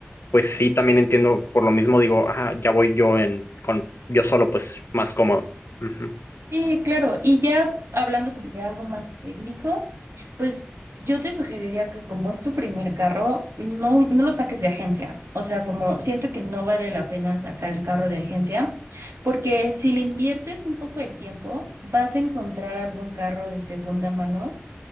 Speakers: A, on the left; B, on the right.
A: pues sí, también entiendo, por lo mismo digo, ajá, ya voy yo en con yo solo, pues más cómodo. Ujú.
B: sí, claro. Y ya hablando como de algo más técnico, pues yo te sugeriría que como es tu primer carro, no, no lo saques de agencia. O sea, como siento que no vale la pena sacar el carro de agencia, porque si le inviertes un poco de tiempo, vas a encontrar algún carro de segunda mano